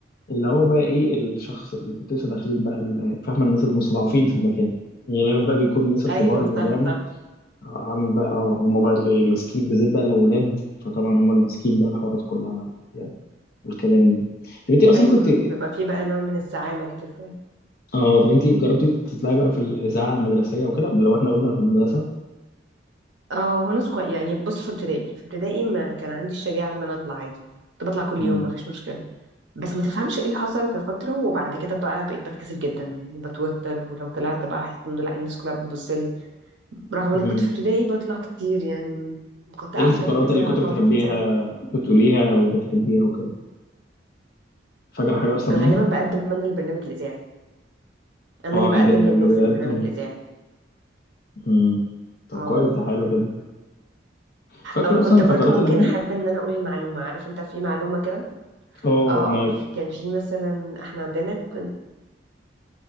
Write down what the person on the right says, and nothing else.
ايوه
صح صح
ايوه
بيبقى في بقى نوع من الزعامه كده شويه
اه وانا صغير يعني بص في ابتدائي في ابتدائي ما كان عندي الشجاعة ان انا اطلع عادي كنت بطلع كل
يوم ما فيش مشكلة بس ما تفهمش ايه اللي حصل في فترة وبعد كده بقى بقيت بتكسف جدا يعني بتوتر ولو طلعت بقى احس ان لا الناس كلها بتبص لي رغم
اني كنت في ابتدائي بطلع كتير يعني كنت قاعدة
في الإذاعة
24
ساعة
كنت
غالبا
بقدم انا البرنامج الإذاعي انا
اللي بقدم
للناس
البرنامج الإذاعي
اه
او كنت
برضو ممكن
احب ان انا اقول المعلومة عارف انت في معلومة كده
اه
اه في- كان في مثلا احنا عندنا كن-